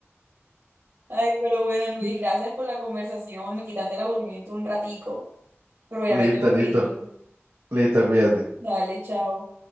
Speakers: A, on the right (about 60°); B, on the right (about 80°).
A: Ay, pero bueno, Luis,
B: <laughs>
A: gracias por la conversación. Me quitaste el aburrimiento un ratico, pero ya
B: Listo,
A: me tengo
B: listo,
A: que ir.
B: listo, cuídate.
A: Dale, chao.